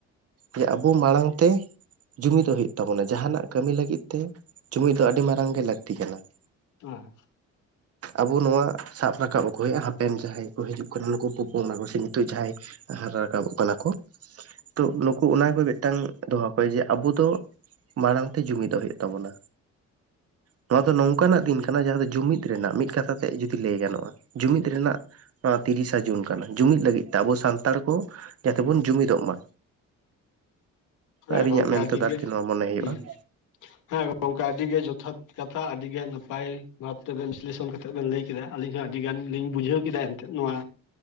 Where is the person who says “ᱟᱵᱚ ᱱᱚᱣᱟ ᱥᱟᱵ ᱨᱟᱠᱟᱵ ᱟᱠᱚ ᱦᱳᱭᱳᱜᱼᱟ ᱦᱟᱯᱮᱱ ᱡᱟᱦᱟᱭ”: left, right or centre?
Right